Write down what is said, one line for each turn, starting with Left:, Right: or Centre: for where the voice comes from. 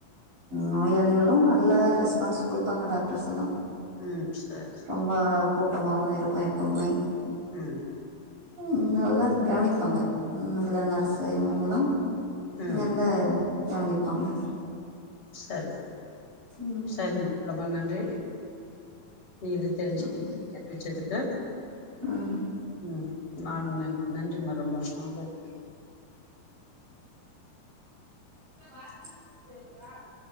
Right: நோயாளிகளு நல்லா ரெஸ்பான்ஸ் கொடுப்பாங்க டாக்டர்ஸ் எல்லா
Left: ம் சரி சரி
Right: ரொம்ப கூட்டமாவு இருக்கு எப்பவுமே
Left: ம்
Right: ம் நல்லா கவனிப்பாங்க ம் அதுல நர்ஸூ இவங்கலா
Left: ம்
Right: நல்ல கவனிப்பாங்க
Left: சேரி
Right: ம்
Left: சேரிமா ரொம்ப நன்றி நீ இது தெரிஞ்சுட்டு
Right: ம்,
Left: தெரியவச்சதுக்கு
Right: ம்.
Left: ம் நா நன் நன்றிமா ரொம்பா ஆபத்
Right: வரப்போ கூட்டுபோய்டுங்கோ